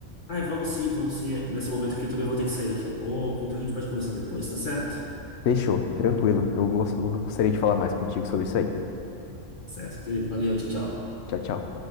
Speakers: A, on the left (about 45°); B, on the left (about 65°).
A: Ai, vamos sim, vamos sim. É, Nesse momento aqui eu também vou ter que sair daqui a pouco, então a gente pode conversar depois, tá certo?
B: Fechou, tranquilo. Eu gos- eu gostaria de falar mais contigo sobre isso aí.
A: Certo, querido. Valeu, tchau, tchau.
B: Tchau, tchau.